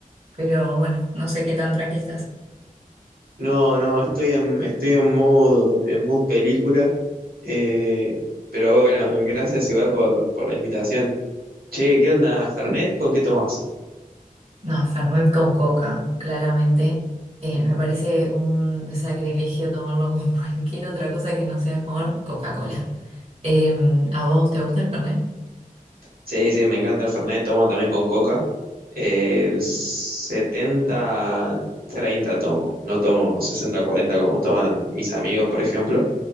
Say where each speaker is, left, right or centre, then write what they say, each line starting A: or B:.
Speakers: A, on the right; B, on the right.
A: pero bueno, no sé qué tan tranqui estás.
B: No, no, estoy en, estoy en mood, en mood película, eh, pero bueno, gracias igual por, por la invitación. Che, ¿qué onda, Fernet? ¿Con qué tomás?
A: No, Fernet con coca, claramente. Eh, me parece un sacrilegio tomarlo con <laughs> cualquier otra cosa que no sea con Coca-Cola. Em, ¿a vos te gusta el Fernet?
B: Sí, sí, me encanta el Fernet, tomo también con coca. Eh, 70, 30 tomo, no tomo 60 40 como toman mis amigos, por ejemplo.